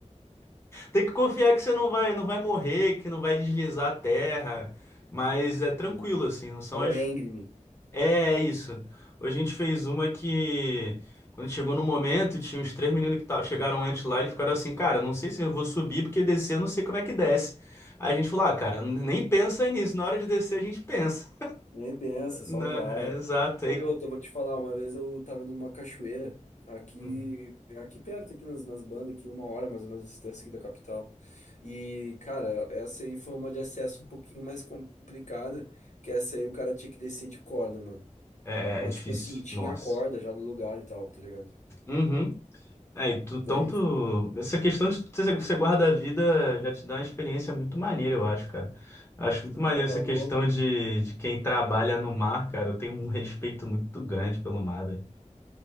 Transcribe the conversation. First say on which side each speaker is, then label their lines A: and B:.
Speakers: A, on the left (about 20°); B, on the left (about 70°).
A: Tem que confiar que você não vai, não vai morrer, que não vai deslizar a terra, mas é tranquilo
B: Sim.
A: assim, não são
B: Ela
A: as.
B: é íngreme.
A: É é isso. Hoje a gente fez uma que quando chegou no momento, tinha uns três meninos que ta- chegaram antes lá e ficaram assim, cara, não sei se eu vou subir porque descer eu não sei como é que desce. Aí a gente falou, ah, cara, nem pensa nisso, na hora de descer a gente pensa. <laughs>
B: Nem pensa, só
A: Não,
B: vai.
A: é exato,
B: Pô,
A: aí
B: e outra, eu vou te falar, uma vez eu tava numa cachoeira, aqui,
A: hum,
B: aqui perto, aqui nas, nas bandas, aqui uma hora mais ou menos de distância aqui da capital. E, cara, essa aí foi uma de acesso um pouquinho mais complicada, que essa aí o cara tinha que descer de corda, mano.
A: é,
B: Mas,
A: é é difícil,
B: tipo assim, tinha
A: nossa.
B: a corda já no lugar e tal, tá ligado?
A: Uhum. É, e tu,
B: Daí
A: tanto.
B: eles,
A: Essa questão de você você guarda a vida já te dá uma experiência muito maneira, eu acho, cara. Acho muito maneiro
B: pô, tá
A: essa
B: louco.
A: questão de, de quem trabalha no mar, cara. Eu tenho um respeito muito grande pelo mar, velho.